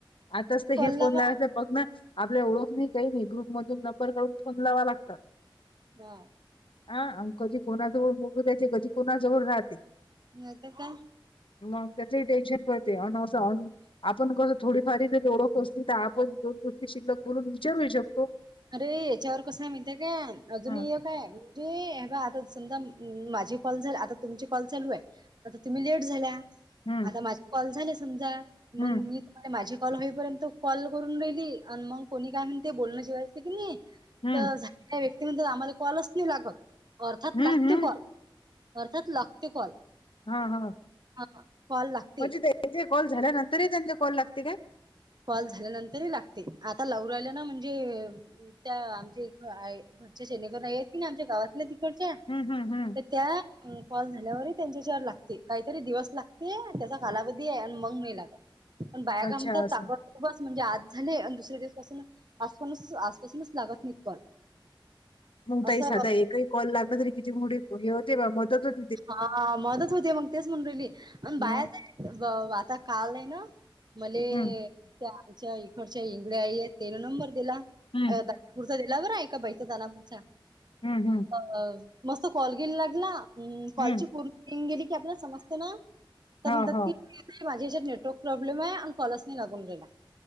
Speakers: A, on the left (about 80°); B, on the right (about 55°).
A: आताच तर
B: कॉलला
A: हे फोन
B: मग
A: लावायच बघ ना. आपल्या ओळख नाही काही नाही ग्रुपमधून नंबर काढून फोन लावावं लागतं.
B: हां.
A: आं आण कधी कोणा जवळ मुकु देयायचे कधी कोणा जवळ राहते.
B: नाही तर काय
A: मग त्याचंही टेन्शन पडते, अन असं अन आपण कोण थोडीफारी जरी ओळख असली, तर आपण दोन गोष्टी शिल्लक बोलून विचारूही शकतो.
B: अरे याच्यावर कसं आहे माहितीय का, अजूनही
A: हां.
B: एक काय म्हणजे हे बघ आता समजा, माझे कॉल जर आता तुमचे कॉल चालू हाय आता तुम्ही लेट झाल्या
A: हं
B: आता
A: हं
B: माझे कॉल झाले समजा
A: हं
B: मंग मी आता माझे कॉल होईपर्यंत कॉल करून राहिली आणि मग कोणी काय म्हणते बोलणं जेव्हा येते की नाही
A: हं
B: तर झा <inaudible> व्यक्ती आम्हाला कॉलच नाही लागत अर्थात
A: हं
B: लागते
A: हं
B: कॉल अर्थात लगते कॉल.
A: हां हां.
B: आता कॉल लागते
A: म्हणजे त्यांचे कॉल झाल्यानंतरही त्यांले कॉल लागते काय?
B: कॉल झाल्यानंतरही लागते आता लावू राहिल्या ना म्हणजे त्या आमच्या इक आय घरच्या सनेगर नाही आहेत की नाय आमच्या गावातल्या तिकडच्या
A: हम्म हम्म हम्म.
B: तर त्या कॉल झाल्यावरही त्यांच्याशी आग लागते काहीतरी दिवस लागते त्याचा कालावधी आहे आणि मंग नाही लागत. पण बाया काय
A: अच्छा
B: म्हणतात
A: असं
B: बस म्हणजे आज झाले आन दुसरे दिवस पासून आजपणच आजपासूनच लागत नी कॉल.
A: मग ताई
B: असं
A: साधा एकही कॉल लागला तरी किती मोठी हे होते मदत होत
B: हा मदत होते मग तेच म्हणून रायली. अन
A: मग
B: बाहेर जाय ब व आता काल आहे ना मले
A: हम्म
B: त्या आमच्या इकडच्या इंगडे आई आहेत त्याने नंबर दिला.
A: हम्म
B: <inaudible> जरील्यावर आहे का बायचा दानापुराचं?
A: हम्म हम्म.
B: अ मस्त कॉल घेयल लागला कॉलची
A: हम्म.
B: पूर्णं रिंग गेली की आपला समजते ना तर
A: हो
B: म्हणतात
A: हो.
B: की माझ्या याच्यात नेटवर्क प्रॉब्लेम आहे आणि कॉलच नाही लागून राहिला.